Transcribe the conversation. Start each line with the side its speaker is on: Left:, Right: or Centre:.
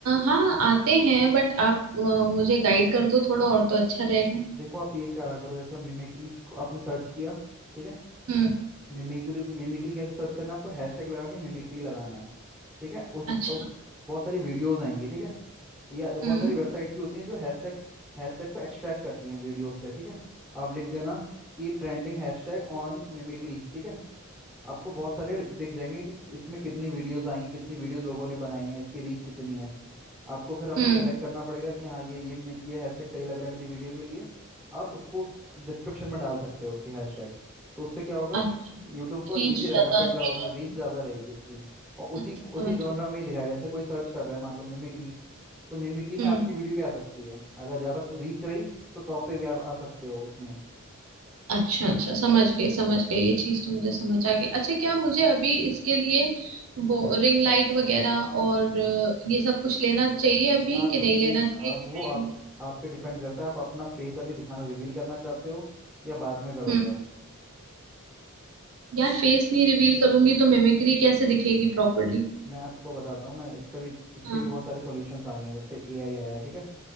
Right: हाँ आते हैं बट आप अ, मुझे गाइड कर दो थोड़ा और तो अच्छा रहेगा
Centre: देखो आप ये क्या करो जैसे मिमिक्रीज आपने सर्च किया ठीक है
Right: हम्म
Centre: मिमिक्री मिमिक्री कैसे सर्च करना है आपको हैशटैग लगा के मिमिक्री लगाना है ठीक है उस
Right: अच्छा
Centre: अब बहुत सारी वीडियोस आएंगी ठीक है या बहुत
Right: हम्म
Centre: सारी वेबसाइट्स भी होती हैं जो हैशटैग हैशटैग को एक्सट्रैक्ट करती हैं वीडियोस से ठीक है आप लिख देना कि ट्रेंडिंग हैशटैग ऑन मिमिक्री ठीक है आपको बहुत सारे दिख जाएंगे कि इसमें कितनी वीडियोस आई हैं कितनी वीडियोस लोगों ने बनाई हैं इसकी रीच कितनी है आपको फिर आपको
Right: हम्म
Centre: सेलेक्ट करना पड़ेगा कि हाँ ये ये मे- ये हैशटैग सही लग रहा है मेरी वीडियो के लिए आप उसको डिस्क्रिप्शन में डाल सकते हो उसके हैशटैग तो उससे क्या होगा
Right: अच्छा
Centre: यूट्यूब
Right: थ्री
Centre: को इजी
Right: ज्यादा
Centre: रहेगा फिल्टर
Right: थ्री
Centre: आउट
Right: ज्यादा
Centre: रीच ज़्यादा रहेगी उसकी और
Right: हम्म,
Centre: उसी
Right: समझ
Centre: उसी जॉनरा में ही दिखाएगा जैसे कोई सर्च कर रहा है मान लो मिमिक्री तो मिमिक्री में
Right: गए
Centre: आपकी वीडियो भी आ सकती है अगर ज़्यादा रीच रही तो टॉप पे भी आप आ सकते हो उसमें
Right: अच्छा अच्छा समझ गई समझ गई ये चीज तो मुझे समझ आ गई अच्छा क्या मुझे अभी इसके लिए वो रिंग लाइट वगैरह और अ, ये सब कुछ लेना चाहिए अभी
Centre: आप
Right: कि नहीं
Centre: ये
Right: लेना चाहिए
Centre: अब
Right: कि
Centre: वो
Right: मैं
Centre: आप आप पे डिपेंड करता है आप अपना फेस अभी दिखाना रिवील करना चाहते हो या बाद में करोगे
Right: हम्म
Centre: आप
Right: यार फेस नहीं रिवील करूंगी तो मिमिक्री कैसे दिखेगी प्रॉपरली
Centre: मैं आपको बताता हूँ ना इसका भी इसके
Right: हाँ
Centre: भी बहुत सारे सॉल्यूशंस आ गए हैं जब से एआई आया है ठीक है